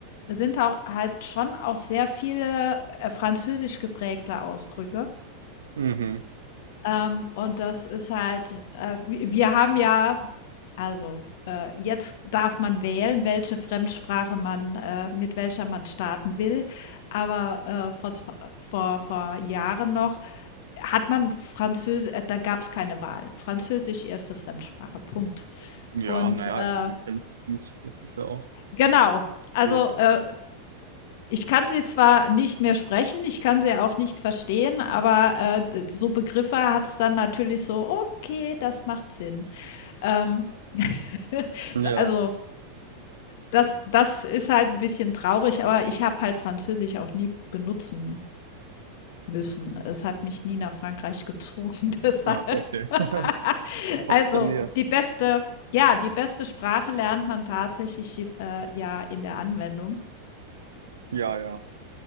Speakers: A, on the left; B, on the right.
A: sind auch halt schon auch sehr viele, äh, französisch geprägte Ausdrücke.
B: Mhm.
A: Ähm, und das ist halt äh, wi wir haben ja also, äh, jetzt darf man wählen, welche Fremdsprache man äh, mit welcher man starten will. Aber, äh, vor zw vor vor Jahren noch hat man Französisch. äh, da gab es keine Wahl. Französisch erste Fremdsprache, Punkt.
B: Ja,
A: Und,
B: naja,
A: äh,
B: in so einem Grenzgebiet, das ist ja auch
A: genau, also,
B: logisch.
A: äh ich kann sie zwar nicht mehr sprechen, ich kann sie auch nicht verstehen, aber, äh, d so Begriffe hat es dann natürlich so: „Okay, das macht Sinn.“ Ähm, <laughs>
B: Ja,
A: also, das das ist halt ein bisschen traurig, aber ich habe halt Französisch auch nie benutzen müssen. Es hat mich nie nach Frankreich gezogen, <laughs> deshalb.
B: na, okay.
A: <laughs>
B: <laughs> Trotz
A: Also,
B: der Nähe.
A: die beste ja, die beste Sprache lernt man tatsächlich, äh, ja in der Anwendung
B: Ja, ja,